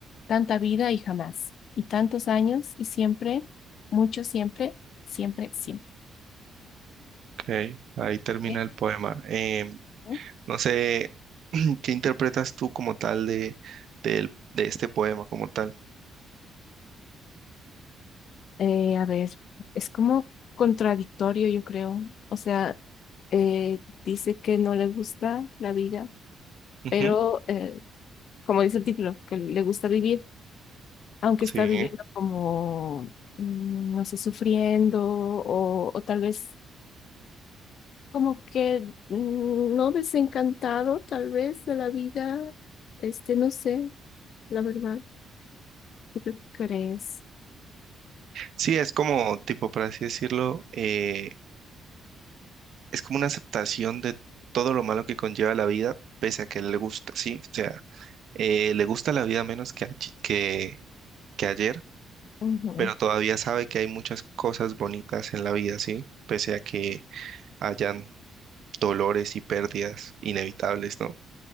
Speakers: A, on the left; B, on the right.
A: tanta vida y jamás, y tantos años y siempre, mucho siempre, siempre, siempre.
B: Ok, ahí termina
A: ¿eh?
B: el poema. Em,
A: ¿No?
B: no sé <clears throat> qué interpretas tú como tal de, del- de este poema, como tal.
A: Eh, a ver, es como contradictorio, yo creo. O sea, eh, dice que no le gusta la vida,
B: Ujú,
A: pero eh, como dice el título, que le gusta vivir, aunque
B: Sí.
A: está viviendo como, mm, no sé, sufriendo o, o tal vez como que mm, no desencantado tal vez de la vida, este, no sé, la verdad, ¿qué tú crees?
B: Sí, es como, tipo, por así decirlo, eh, es como una aceptación de todo lo malo que conlleva la vida, pese a que le gusta, sí. O sea, eh, le gusta la vida menos que, ayer- que, que ayer,
A: Ujú.
B: pero todavía sabe que hay muchas cosas bonitas en la vida, ¿sí? Pese a que hayan dolores y pérdidas inevitables, ¿no?